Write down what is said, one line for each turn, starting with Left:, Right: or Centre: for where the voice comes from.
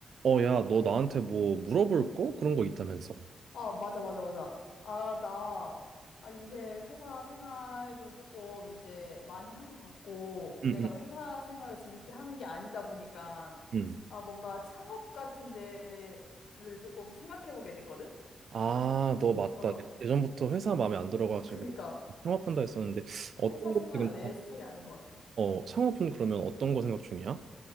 Right: 어, 야, 너 나한테 뭐 물어볼 거? 그런 거 있다면서.
Left: 아, 맞아, 맞아, 맞아. 아, 나, 아, 요새 회사 생활도 조금 이제 많이 한 것 같고,
Right: 응,
Left: 내가
Right: 응,
Left: 막 회사 생활을 재밌게 하는 게 아니다 보니까,
Right: 응.
Left: 아, 뭔가 창업 같은 데를 조금 생각해 보게 됐거든?
Right: 아, 너 맞다.
Left: 어.
Right: 예, 예전부터 회사 마음에 안 들어가지고
Left: 그니까,
Right: 창업한다 했었는데 어떤
Left: 회사 생활은
Right: 거 지금
Left: 내
Right: 다-
Left: 스타일이 아닌 것 같아.
Right: 어, 창업은 그러면 어떤 거 생각 중이야?